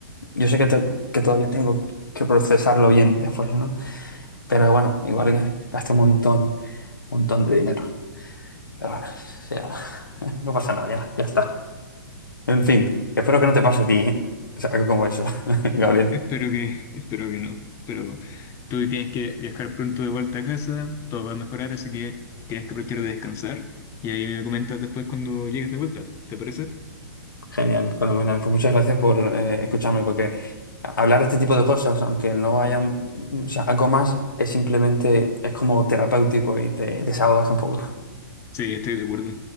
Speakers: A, on the left; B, on the left.
A: Yo sé que, te- que todavía tengo que procesarlo bien después, ¿no? Pero bueno, igual que gasté un montón, montón de dinero. Pero bueno, o sea, <laughs> no pasa nada, ya, ya está. En fin, espero que no te pase a ti, ¿eh? O sea, algo como eso, <laughs> Gabriel.
B: Espero que, <laughs> espero que no. Pero tú tienes que viajar pronto de vuelta a casa, todo va a mejorar, así que tienes que aprovechar de descansar. Y ahí me comentas después cuando llegues de vuelta, ¿te parece?
A: Genial, fenomenal. Pues muchas gracias por eh, escucharme, porque a- hablar de este tipo de cosas, aunque no haya, mm, o sea, algo más, es simplemente, es como terapéutico y te desahogas un poco.
B: Sí, estoy de acuerdo.